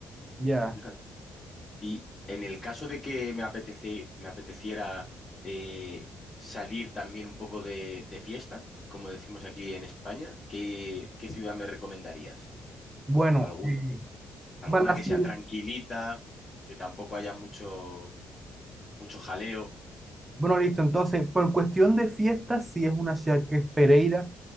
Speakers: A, on the right; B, on the left.
A: Ya.
B: Fíjate. Y en el caso de que me apetece, me apeteciera eh, salir también un poco de, de fiesta, como decimos aquí en España, ¿qué, qué ciudad me recomendarías?
A: Bueno,
B: ¿Algún,
A: eh,
B: alguna
A: para la
B: que
A: ciudad-
B: sea tranquilita, que tampoco haya mucho, mucho jaleo,
A: bueno, listo. Entonces, por cuestión de fiestas, sí es una ciudad que es Pereira